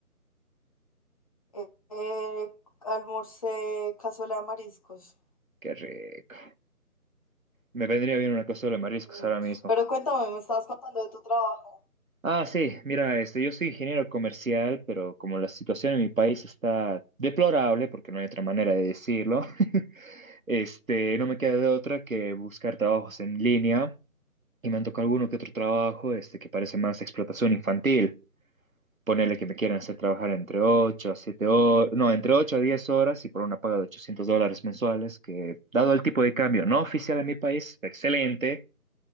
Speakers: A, on the left; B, on the right.
A: Eh, eh, almorcé cazuela de mariscos.
B: Qué rico. Me vendría bien una cazuela de mariscos
A: Mm.
B: ahora mismo.
A: Pero cuéntame, me estabas contando de tu trabajo.
B: Ah, sí, mira, este, yo soy ingeniero comercial, pero como la situación en mi país está deplorable, porque no hay otra manera de decirlo, <laughs> este, no me queda de otra que buscar trabajos en línea. Y me han tocado alguno que otro trabajo este, que parece más explotación infantil. Ponerle que me quieren hacer trabajar entre 8 a 7 horas, no, entre 8 a 10 horas y por una paga de 800 dólares mensuales, que dado el tipo de cambio no oficial en mi país, excelente,